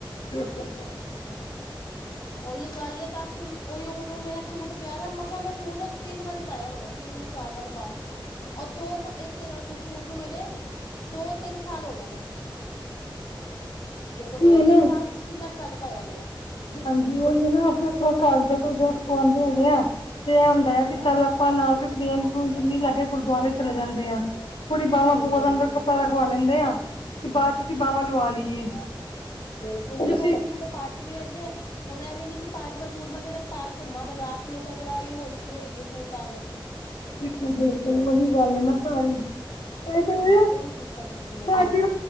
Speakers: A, on the left (about 85°); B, on the left (about 50°).
A: ਬਿਲਕੁਲ <unintelligible>
B: ਉਹੀਓ ਗੱਲ ਏ ਬਸ ਹੁਣ ਓਹੀਓ ਹੁਣ ਮੇਰਾ ਸੂਟ ਪਿਆ ਦਾ ਮਸਾ ਮੈਂ ਸੂਟ ਉਹ ਤਿੰਨ ਵਾਰੀ ਪਾਇਆ ਹੋਣਾ। ਤਿੰਨ ਯਾ ਚਾਰ ਵਾਰ ਬਸ। ਔ ਦੋ ਇੱਕ ਨੂੰ ਸੂਟ ਨੂੰ ਮੇਰੇ ਦੋ-ਤਿੰਨ ਸਾਲ ਹੋ ਗਏ ਨੇ। ਦੇਖੋ
A: ਉਹੀ
B: ਦੋ-ਤਿੰਨ
A: ਹੈ ਨਾ
B: ਸਾਲ ਚ ਕਿੰਨਾ ਘੱਟ ਪਾਇਆ ਗਿਆ।
A: ਹਾਂਜੀ ਉਹੀ ਹੈ ਨਾ ਅਸੀ ਆਪਣਾ ਘਰ ਦਾ ਕੋਈ ਡਰੈੱਸ ਸਵਾਦੇ ਹੈਗੇ ਆ। ਤੇ ਇਹ ਹੁੰਦਾ ਆ ਕਿ ਚੱਲ ਆਪਾ ਨਾਲ ਕੋਈ ਪਲੇਨ-ਪਲੂਨ ਚੂਨੀ ਲੈ ਕੇ ਗੁਰਦੁਆਰੇ ਚਲੇ ਜਾਂਦੇ ਆ। ਥੋੜੀ
B: ਬਿਲਕੁਲ
A: ਬਾਵਾਂ ਬੂਆ
B: ਬਿਲਕੁਲ
A: ਦਾ ਅੰਦਰ ਕੱਪੜਾ ਰਖਵਾ ਲੈਂਦੇ ਆ ਤੇ ਬਾਅਦ ਚ ਅਸੀ ਬਾਵਾਂ ਲਵਾ ਲਈਏ।
B: ਬਿਲਕੁਲ ਦੇਖੋ
A: ਤੁਸੀਂ
B: ਹੁਣ ਸੂਟ ਪਾਰਟੀ ਵੇਅਰ ਜੇ ਹੁਣ ਐ ਵੀ ਨੀ ਕਿ ਪਾਾਰੀ ਸੂਟ ਮੈਂ ਕਿਤੇ ਪਾ ਘੁੰਮਾ ਬਾਜ਼ਾਰ ਚ ਲੋਕਾਂ ਲ ਉਹ ਹੋਛੀ ਹੋਈ ਦੀ ਐ ਸੂਟ ਪਾ ਕੇ।
A: ਬਿਲਕੁਲ-ਬਿਲਕੁਲ ਉਹੀ ਗੱਲ ਹੈ ਨਾ ਸਾਰੀ ਮੈਂ ਕਹਿਣੀ
B: ਹਾਂ
A: ਆ
B: ਉਹੀ ਦਿੱਕਤ ਹੁੰਦੀ ਹੈ
A: ਪਾਰਟੀ
B: ਜੀ